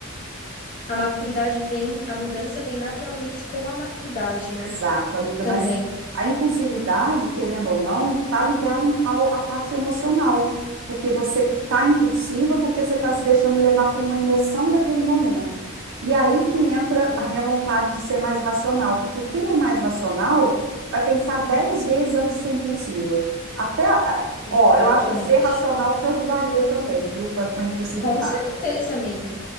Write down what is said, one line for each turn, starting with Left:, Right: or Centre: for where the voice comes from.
Left: a maturidade vem, a mudança vem naturalmente com a maturidade,
Right: Exato,
Left: né?
Right: amiga,
Left: Também.
Right: mas a impulsividade, querendo ou não, está ligada ao- à parte emocional, porque você está impulsiva porque você está se deixando levar por uma emoção daquele momento. E aí que entra
Left: Uhum.
Right: a minha vontade de ser mais racional, porque quem é mais racional vai pensar dez vezes antes de ser impulsiva. Até, ah,
Left: Exatamente.
Right: ó, eu acho que ser racional te ajudaria também, viu, com a, com a impulsividade.
Left: Com certeza, amiga.